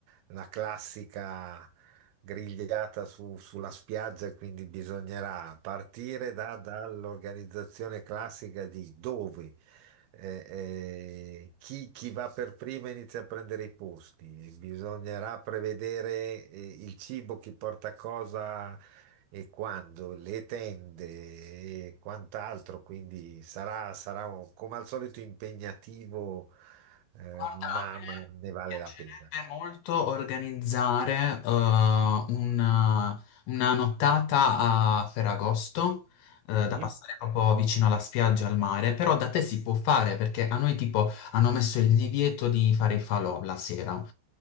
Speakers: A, on the right (about 85°); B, on the left (about 80°).
A: la classica grigliata su- sulla spiaggia, quindi bisognerà partire da- dall'organizzazione classica di dove eh, eh, chi, chi va per prima inizia a prendere i posti. Bisognerà prevedere eh, il cibo, chi porta cosa e quando, le tende e quant'altro. Quindi sarà, sarà un- come al solito impegnativo, eh,
B: Guarda,
A: ma,
B: a
A: ma
B: me
A: ne vale
B: piacerebbe
A: la pena.
B: molto organizzare eh, una, una nottata a Ferragosto, eh,
A: Sì.
B: da passare proprio vicino alla spiaggia, al mare, però da te si può fare perché a noi tipo hanno messo il divieto di fare i falò la sera.